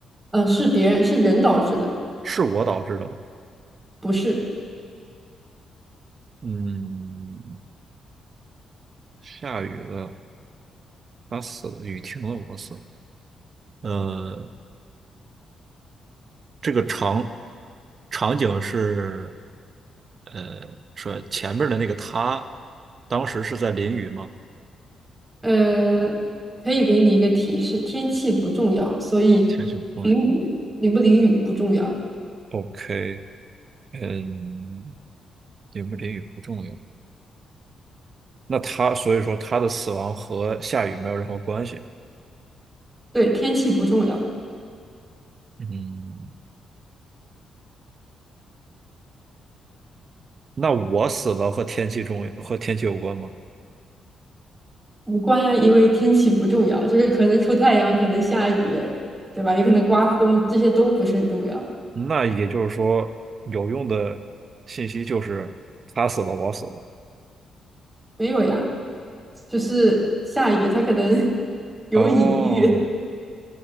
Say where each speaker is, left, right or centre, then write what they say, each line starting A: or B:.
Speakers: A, on the right; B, on the right.
A: 呃，是别人，是人导致的，
B: 是我导致的吗？
A: 不是。
B: 嗯，下雨了，他死了，雨停了，我死了。呃，这个场场景是，呃，说前面的那个他，当时是在淋雨吗？
A: 呃，可以给你一个提示，天气不重要，所以淋雨淋不淋雨不重要。
B: 天气不重要。OK，嗯，淋不淋雨不重要。那他所以说他的死亡和下雨没有任何关系。
A: 对，天气不重要，
B: 嗯，那我死了和天气中和天气有关吗？
A: 无关，因为天气不重要，就是可能出太阳，可能下雨，对吧？也可能刮风，这些都不是很重要。
B: 那也就是说，有用的信息就是他死了，我死了。
A: 没有呀，就是下雨，它可能 <laughs> 有隐喻，
B: 哦，